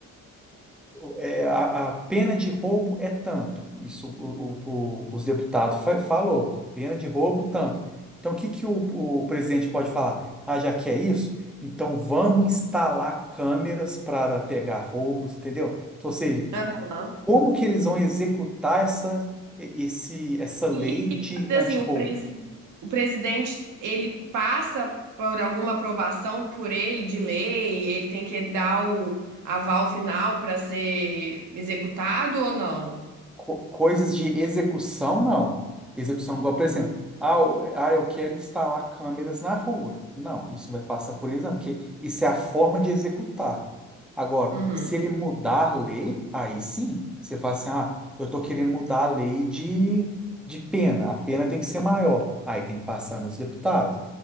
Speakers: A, in the centre; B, on the right.
A: é, a, a pena de roubo é tanto. Isso o, o- o- os deputados fa- falou. Pena de roubo, tanto. Então, o que que o, o presidente pode falar? Ah, já que é isso, então vamos instalar câmeras para pegar roubos, entendeu? Então, ou seja,
B: Aham.
A: como que eles vão executar essa, esse, essa lei
B: E
A: de antirroubo?
B: assim, o, presi- o presidente, ele passa por alguma aprovação por ele de lei, ele tem que dar o aval final para ser executado ou não?
A: co- coisas de execução, não. Execução, igual, por exemplo, ah, o- ah, eu quero instalar câmeras na rua. Não, isso vai passar por exemplo, porque isso é a forma de executar. Agora,
B: Uhum.
A: se ele mudar a lei, aí sim, você fala assim, ah, eu estou querendo mudar a lei de, de pena, a pena tem que ser maior, aí tem que passar nos deputados.